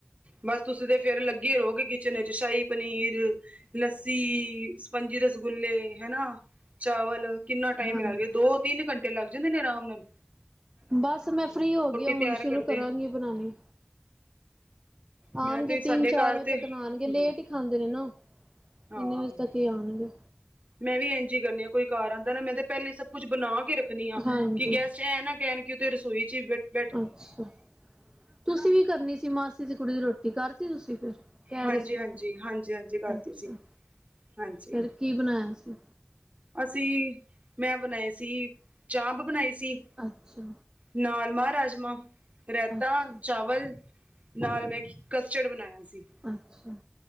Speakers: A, on the right; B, on the right.
A: ਬਸ ਤੁਸੀਂ ਤੇ ਫੇਰ ਲੱਗੇ ਰਹੋਗੇ ਕਿਚਨ ਵਿੱਚ ਸ਼ਾਹੀ ਪਨੀਰ ਲ ਸਪੰਜੀ ਰਸਗੁਲੇੇ ਹਨਨਾ ਚਾਵਲ ਕਿੰਨਾ ਟਾਈਮ
B: ਹਾਂਜੀ
A: ਮਿਲ ਗ ਦੋ ਤਿੰਨ ਘੰਟੇ ਤੇ ਲੱਗ ਜਾਂਦੇ ਨੇ ਆਰਾਮ ਨੂੰ
B: ਬਸ ਮੈਂ ਫ੍ਰਰੀ ਹੋ ਗਈ ਹੁਣ
A: ਤਿਆਰ
B: ਸ਼ੁਰੂ
A: ਕਰਦੇ
B: ਕਰਾਂਗੀ ਬਣਾਣੀ। ਆਣਗੇ
A: ਮੈਂ ਤੇ
B: ਤਿੰਨ-ਚਾਰ
A: ਸਾਡੇ ਘਰ
B: ਵਜੇ
A: ਤੇ
B: ਤੱਕ
A: ਹੂੰ
B: ਨਾ ਆਣਗੇ ਲੇਟ ਈ ਖਾਂਦੇ ਨੇ ਨਾ।
A: ਹਾਂ।
B: ਇੰਨੇ ਵਜੇ ਤੱਕ ਹੀ ਆਉਣਗੇ
A: ਮੈਂ ਵੀ ਐਂਜ ਈ ਕਰਨੀ ਆ ਕੋਈ ਕਾਰ ਆਂਦਾ ਨਾ ਮੈਂ ਤਾਂ ਪਹਿਲੀ ਸਭ ਕੁੱਛ ਬਣਾ ਕੇ ਰੱਖ ਖਨੀ ਆ
B: ਹਾਂਜੀ
A: ਕੀ ਗੈਸਟ ਐ ਨਾ ਕੈਣ ਕੇ ਓ ਤੇ ਰਸੋਈ ਚ ਬ
B: ਅੱਛਾ ਤੁਸੀਂ ਵੀ ਕਰਨੀ ਸੀ ਮਾਸੀ ਦੀ ਕੁੜੀ ਦੀ ਰੋਟੀ ਕਰਤੀ ਤੁਸੀਂ ਫਿਰ? ਕਹਿ
A: ਹਾਂਜੀ-ਹਾਂਜੀ-ਹਾਂਜੀ-ਹਾਂਜੀ
B: ਰਹੇ ਸੀ ਮੈਨੂੰ
A: ਕਰਤੀ
B: ਅੱਛਾ
A: ਸੀ ਹਾਂਜੀ।
B: ਫਿਰ ਕੀ ਬਣਾਇਆ ਸੀ?
A: ਅਸੀਂ ਮੈਂ ਬਣਾਏ ਸੀ ਚਾਂਪ ਬਣਾਈ ਸੀ
B: ਅੱਛਾ।
A: ਨਾਲ ਮਹਾਰਾਜ ਮਾ ਰੈਤਾ,
B: ਅੱਛਾ
A: ਚਾਵਲ ਨਾਲ ਮੈਂ ਕਸਟਡ ਬਣਾਇਆ ਸੀ।
B: ਅੱਛਾ